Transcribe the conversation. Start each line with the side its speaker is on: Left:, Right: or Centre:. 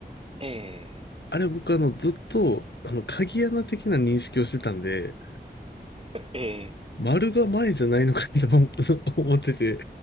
Right: ええ。
Left: あれ僕、あの、ずっと、あの、鍵穴的な認識をしてたんで、
Right: ええ
Left: 丸が前じゃないのかと思 <laughs> 思ってて、